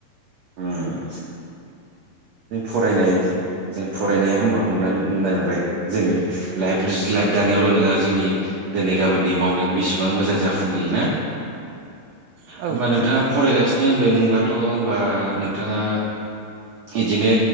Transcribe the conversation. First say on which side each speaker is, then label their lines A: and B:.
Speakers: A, on the right (about 65°); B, on the right (about 80°).
A: उम फरायनाय जों फरायनाया होम्बा हमना नुबाय जोंनो लाइफ लाइफ दानायावल' नङा जोंनि दिनै गाबोननि मावनायाव बिसिबां मोजां जाफुंहैयोना
B: औ
A: होम्बा
B: नोंथां
A: नोंथाङा
B: औ
A: फरायगासिनो होनदों होनबाथ' बा नोंथाङा बिदिनो